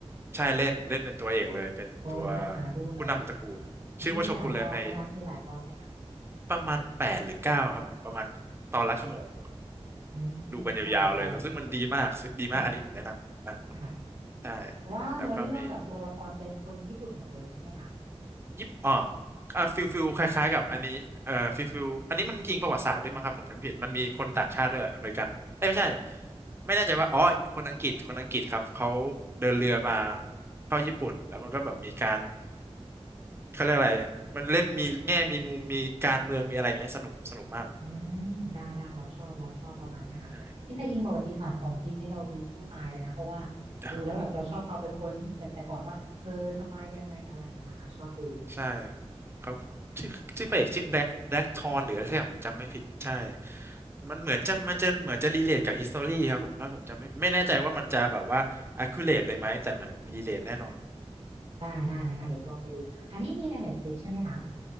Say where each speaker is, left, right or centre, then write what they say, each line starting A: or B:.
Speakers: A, on the right; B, on the right.
A: ใช่เล่นเล่นเป็นตัวเอกเลยเป็นตัว
B: โอ้เดี๋ยวต้องหาดูหน่อยละ
A: ผู้นำตระกูลชื่อว่าโชกุนแล้วใน
B: มีหลายตอนไหมคะมีหลายตอนไหมคะ
A: ประมาณแปดหรือเก้าครับผมประมาณตอนละชั่วโมง
B: อืมน่าสนใจ
A: ดูกันยาวๆเลยแล้วซึ่งมันดีมากซึ่งดีมากอันนี้ผมแนะนำมาก
B: ค่ะค่ะ
A: ใช่
B: แต่ว่าเนื้อเรื่องกับตัวละครเป็นคนญี่ปุ่นหมดเลยใช่ไหมคะ
A: แล้วก็มี ยิปอ่าอ่าฟิลฟิลคล้ายๆกับอันนี้เอ่อฟิลฟิลอันนี้มันอิงประวัติศาสตร์ด้วยมั้งครับผมจำผิดมันมีคนต่างชาติด้วยอเมริกันเอ้ยไม่ใช่ไม่แน่ใจว่าอ๋อคนอังกฤษคนอังกฤษครับเขาเดินเรือมาเข้าญี่ปุ่นแล้วมันก็แบบมีการเขาเรียกอะไรมันเล่นมีแง่มีมุมมีการเมืองมีอะไรอย่างเงี้ยสนุกสนุกมาก
B: อืมได้ได้เราชอบเราชอบประมาณเนี้ยค่ะยิ่งถ้าอิงประวัติศาสตร์ของจริงนี่เราดูสู้ตายเลยนะเพราะว่า
A: ใช่
B: ดูแล้วแบบเราชอบเอาไปค้นแต่แต่ก่อนว่าเออทำไมยังไงอะไรอย่างเงี้ยค่ะชอบดู
A: ใช่ครับชื่อชื่อพระเอกชื่อแบ็คแบ็คทอนหรืออะไรสักอย่างผมจำไม่ผิดใช่ มันเหมือนจะมันจะเหมือนจะรีเลทกับฮิสตอรี่ครับผมถ้าผมจำไม่ผิดไม่แน่ใจว่ามันจะแบบว่า accurate เลยไหมแต่มันรีเลทแน่นอน
B: ได้ได้เลยค่ะเดี๋ยวจะลองไปดูอันนี้มีใน Netflix ใช่ไหมคะ